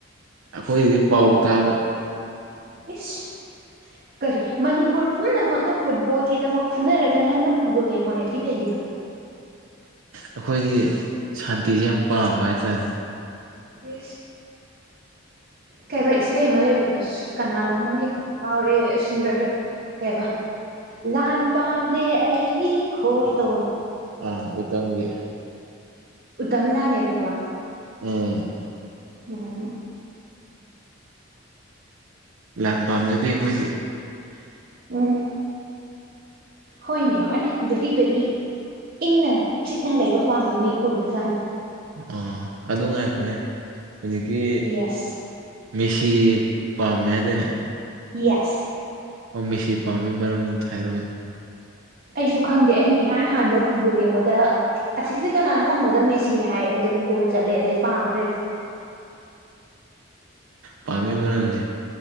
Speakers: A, on the right; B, on the right.
A: ꯑꯩꯈꯣꯏꯗꯤ ꯄꯥꯎ ꯇꯥꯕ
B: ꯃꯤꯁ ꯀꯔꯤ ꯃꯅꯤꯄꯨꯔ ꯄꯨꯝꯅꯃꯛꯅ ꯐꯨꯠꯕꯣꯜꯒꯤꯗꯃꯛ ꯐꯨꯅꯔꯒ ꯅꯪꯅ ꯐꯨꯠꯕꯣꯜ ꯌꯦꯡꯉꯣꯏ ꯑꯗꯨꯗꯤ ꯀꯩꯒꯤꯅꯣ
A: ꯑꯩꯈꯣꯏꯗꯤ ꯁꯥꯟꯇꯤꯁꯦ ꯌꯥꯝ ꯄꯥꯝꯕ ꯍꯥꯏꯇꯥꯔꯦ
B: ꯌꯦ ꯀꯩꯕꯥ ꯏꯁꯩ ꯑꯃ ꯂꯩꯕꯗ ꯑꯗꯣ ꯀꯅꯥꯅꯣ ꯑꯃꯒꯤ ꯀꯥꯎꯔꯦ ꯁꯤꯡꯒꯔꯗꯣ ꯀꯩꯕ ꯂꯥꯟ ꯄꯥꯝꯗꯦ ꯑꯩ ꯈꯣꯏ ꯇꯧꯗ
A: ꯑꯥ ꯎꯇꯝꯒ
B: ꯎꯗꯝ ꯂꯅꯦ ꯑꯗꯨꯒ ꯋꯥ
A: ꯎꯝ
B: ꯎꯝ
A: ꯂꯥꯟ ꯄꯥꯝꯖꯗꯦ ꯑꯩꯈꯣꯏꯗꯤ
B: ꯎꯝ ꯍꯣꯏꯅꯦ ꯍꯣꯏꯅꯦ ꯕꯦꯔꯤ ꯕꯦꯔꯤ ꯏꯪꯅ ꯆꯤꯛꯅ ꯂꯩꯕ ꯄꯥꯝꯕ ꯃꯤ ꯑꯣꯏꯕꯖꯥꯠꯅꯤ
A: ꯑ ꯑꯗꯨ ꯉꯥꯏ ꯑꯩꯈꯅꯦ ꯍꯧꯖꯤꯛꯀꯤ
B: ꯌꯦꯁ
A: ꯃꯦꯁꯤ ꯄꯥ ꯃꯦꯍꯗꯅꯦ
B: ꯌꯦꯁ
A: ꯑ ꯃꯤꯁꯤ ꯄꯥꯝꯃꯤ ꯃꯔꯝꯗꯣꯝꯇ ꯍꯥꯏꯔꯨꯔꯕꯅꯤ
B: ꯑꯩꯁꯨ ꯈꯪꯗꯦ ꯑꯩꯅ ꯏꯍꯥꯟ ꯍꯥꯟꯕ ꯐꯨꯠꯕꯣꯜ ꯌꯦꯡꯕꯗ ꯑꯁꯤꯁꯦ ꯀꯅꯥꯅꯣ ꯍꯪꯕꯗ ꯃꯦꯁꯤꯅꯦ ꯍꯥꯏꯔꯦ ꯑꯗꯨ ꯒꯣꯜ ꯆꯠꯂꯦ ꯑꯗꯩ ꯄꯥꯝꯈ꯭ꯔꯦꯗ
A: ꯄꯥꯝꯃꯤ ꯃꯅꯝꯁꯦ